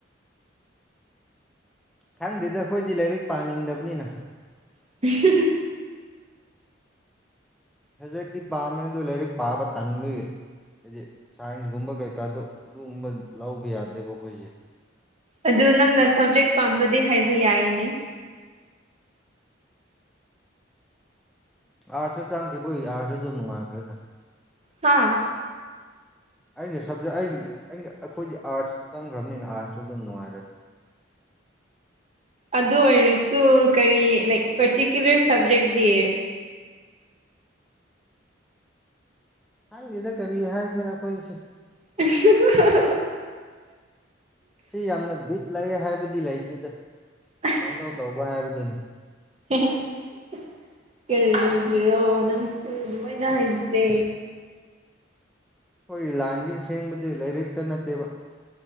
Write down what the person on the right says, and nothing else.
<unintelligible>
ꯑꯗꯨ ꯅꯪꯅ ꯁꯕꯖꯦꯛ ꯄꯥꯝꯕꯗꯤ ꯍꯥꯏꯕ ꯌꯥꯏꯅꯦ
ꯍꯥꯥ
ꯑꯗꯨ ꯑꯣꯏꯔꯁꯨ ꯀꯔꯤ ꯂꯥꯏꯛ ꯄꯥꯔꯇꯤꯀꯨꯂꯔ ꯁꯕꯖꯦꯛꯇꯤ
<unintelligible>
ꯑꯁ
<unintelligible> ꯀꯔꯤꯒꯤꯔꯣ ꯅꯪꯁꯨ ꯑꯗꯨꯃꯥꯏꯅ ꯍꯥꯏꯕꯁꯦ